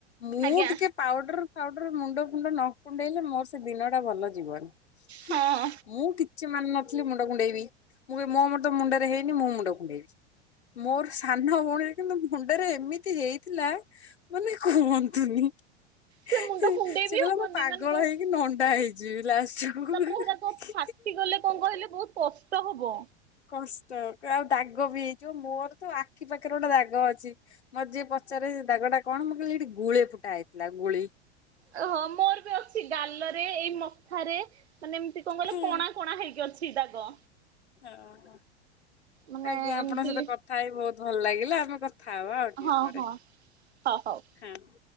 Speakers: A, on the left; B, on the right.
A: ମୁଁ
B: ଆଜ୍ଞା
A: ଟିକେ ପାଉଡର ଫାଉଡର ମୁଣ୍ଡ ଫୁଣ୍ଡ ନ କୁଣ୍ଡେଇଲେ ମୋର ସେ ଦିନ ଟା ଭଲ ଯିବନି।
B: ହଁ।
A: <inaudible> ମୁଁ କି କିଛି ମାନୁନଥିଲି ମୁଣ୍ଡ କୁଣ୍ଡେଇ ବିି ମୁଁ ମୁଣ୍ଡ ମୁଣ୍ଡରେ ହେଇନି ମୁଁ ମୁଣ୍ଡକୁ <inaudible> ମୋର ସାନ ଭଉଣୀ କିନ୍ତୁ ମୁଣ୍ଡରେ ଏମି ହେଇଥିଲା ମାନେ କୁହ <unintelligible>
B: ସେ ମୁଣ୍ଡ
A: ସେ
B: କୁଣ୍ଡେଇ ବି
A: କହିଲା
B: ହବନି
A: ମୁ ପାଗଳ
B: ମାନେ ବହୁତ
A: ହେଇକି ନଣ୍ଡା ହେଇଯିବି ଲାଷ୍ଟୁକୁ।
B: ତାପରେ
A: ହିଁ ହିଁ
B: ହେରାକ ଫାଟି
A: ହିଁ
B: ଗଲେ କଣ କହିଲେ ବହୁତ କଷ୍ଟ ହବ।
A: କଷ୍ଟ ଆଉ ଦାଗ ବି ହେଇଯିବ ମୋର ତ ଆଖି ପାଖରେ ଗୋଟେ ଦାଗ ଅଛି। ମୋର ଯିଏ ପଚାରେ ସେ ଦାଗ ଟା କଣ? ମୁଁ କହିଲି ଏଠି ଗୁଳେ ଫୁଟା ହେଇଥିଲା ଗୁଳି।
B: ହଁ ମୋର ବି ଅଛି ଗାଲରେ ଏଇ ମଥାରେ। ମାନେ ଏମିତି କଣ କହିଲ
A: ହୁଁ
B: କଣା କଣା ହେଇକି ଅଛି ଦାଗ
A: ହଁ
B: ମାନେ
A: ଆଜ୍ଞା ଆପଣଙ୍କ
B: ଏମିତି
A: ସହିତ କଥା ହେଇ ବହୁତ ଭଲ ଲାଗିଲା। ଆମେ କଥା ହବା ଆଉ ଟିକେ
B: ହଁ
A: ପରେ
B: ହଁ ହଉ ହଉ।
A: ହଁ। <inaudible>